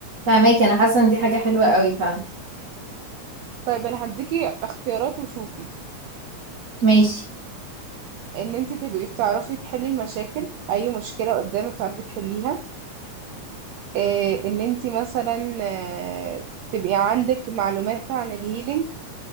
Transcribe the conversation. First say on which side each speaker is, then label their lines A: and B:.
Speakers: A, on the right; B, on the right.
A: فاهماكي انا حاسة ان دي حاجة حلوة قوي فعلا
B: طيب انا هديكي اختيارات وشوفي
A: ماشي
B: ان انت تبقي بتعرفي تحلي المشاكل اي مشكلة قدامك تعرفي تحليها إيه ان انت مثلا آه، تبقي عندك معلومات عن الهيلينج